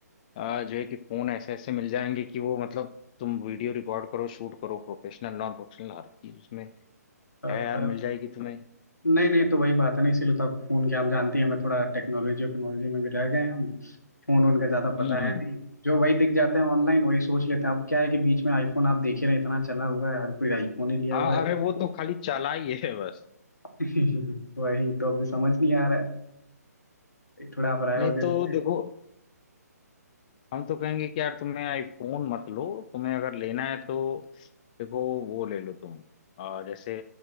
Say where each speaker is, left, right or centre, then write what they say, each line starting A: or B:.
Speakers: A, on the left; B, on the left.
A: आ, जो है कि फोन ऐसे ऐसे मिल जाएंगे कि वो मतलब तुम वीडियो रिकॉर्ड करो शूट करो प्रोफेशनल नॉन प्रोफेशनल हर चीज उसमें
B: है
A: है यार मिल जाएगी तुम्हें
B: नहीं नहीं तो वही बात है ना इसीलिए तो आपको फोन किया हम जानती हैं हमें थोड़ा टेक्नोलॉजी वक्नोलॉजी में भी रह गए हैं हम फोन उनका ज्यादा पता
A: हम्म हम्म
B: है नहीं जो वही दिख जाते हैं ऑनलाइन वही सोच लेते हैं अब क्या है कि बीच में आईफोन आप देख ही रहे हैं, इतना चला हुआ है हर कोई आईफोन ही लिया
A: हाँ
B: हुआ है
A: अरे वो तो खाली चालाई है बस
B: <laughs> वही तो अभी समझ नहीं आ रहा है थोड़ा आप राय
A: नहीं
B: और दे देते
A: तो देखो हम तो कहेंगे कि यार तुम्हें आईफोन मत लो तुम्हें अगर लेना है तो देखो वो ले लो तुम आ, जैसे